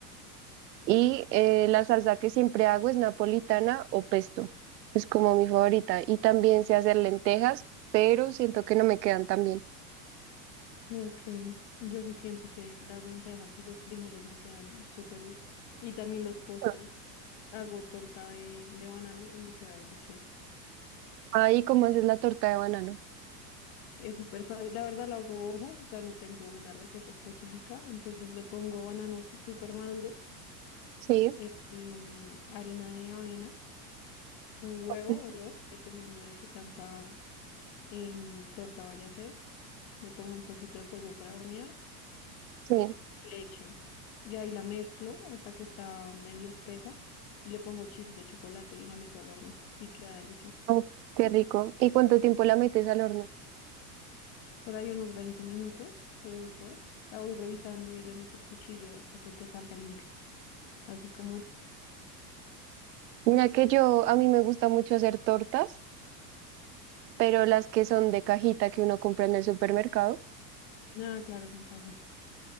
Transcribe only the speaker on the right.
y eh, la salsa que siempre hago es napolitana o pesto. Es como mi favorita. Y también sé hacer lentejas, pero siento que no me quedan tan bien.
Bueno,
Ahí como haces la torta de banano.
Sí,
sí.
sí.
Oh, qué rico. ¿Y cuánto tiempo la metes al horno?
Mira
que yo, a mí me gusta mucho hacer tortas. pero las que son de cajita que uno compra en el supermercado.